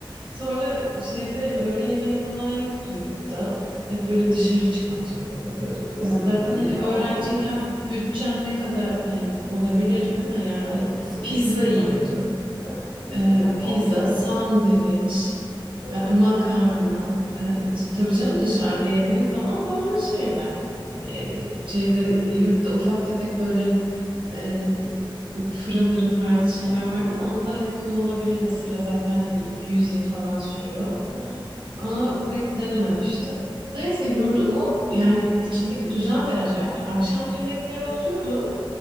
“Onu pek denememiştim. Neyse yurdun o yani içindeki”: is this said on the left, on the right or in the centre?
Right